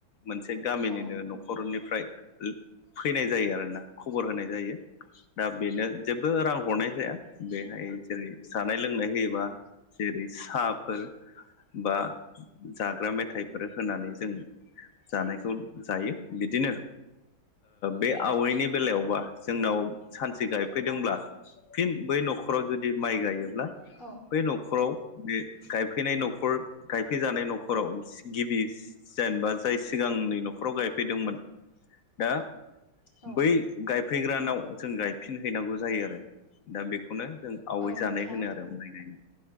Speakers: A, on the left; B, on the left.
A: मोनसे गामिनिनो
B: औ
A: न'खरनिफ्राय फैनाय जायो आरोना खबर होनाय जायो दा बेनो जेबो रां हरनाय
B: औ
A: जाया बेहाय जेरै जानाय लोंनाय होयोबा जेरै साहाफोर बा जाग्रा मेथाइफोर होनानै जों जानाय जायो। बिदिनो बे आवाइनि बेलायावबा जोंनाव सानसे गायफैदोंब्ला फिन बै न'खराव जुदि माइ गायोब्ला
B: औ
A: बै न'खराव बे गायफैनाय न'खर गायफैजानाय न'खराव गिबि जेनेबा जाय सिगांनि न'खराव गायफैदोंमोन दा
B: औ
A: बै गायफैग्रानाव जों गायफिन हैैनांगौ जायो आरो। दा बेखौनो जों आवै
B: औ
A: जानाय
B: नोंथां।
A: होनो आरो माइ गायनाय